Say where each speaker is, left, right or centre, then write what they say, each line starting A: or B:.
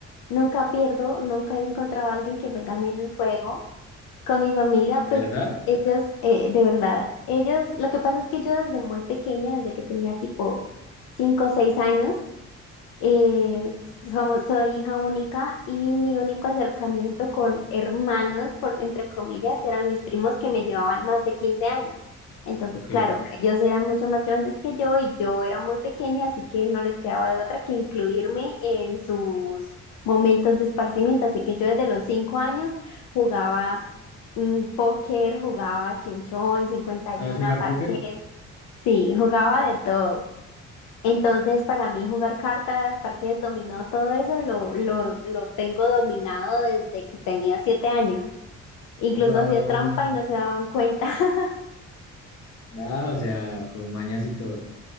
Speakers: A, on the left (about 85°); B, on the left (about 55°).
A: Nunca pierdo, nunca he encontrado a alguien que me gane en un juego. Con mi familia,
B: ¿Verdad?
A: pues ellos, eh, de verdad, ellos, lo que pasa es que yo desde muy pequeña, desde que tenía tipo 5 o 6 años, eh, somos, soy hija única y mi único acercamiento con hermanos, por, entre comillas, eran mis primos que me llevaban más de 15 años. Entonces,
B: Ok.
A: claro, ellos eran mucho más grandes que yo y yo era muy pequeña, así que no les quedaba de otra que incluirme en sus momentos de esparcimiento. Así que yo desde los cinco años jugaba mm, póker, jugaba chinchón, 51,
B: ¿Sabes jugar
A: parqués,
B: póker?
A: sí, jugaba de todo. Entonces, para mí jugar cartas, parqués, dominó, todo eso lo, lo, lo tengo dominado desde que tenía siete años. Incluso
B: Jugado,
A: hacía trampa
B: mm,
A: y no se daban cuenta. <laughs>
B: nada, o sea, con mañas y todo.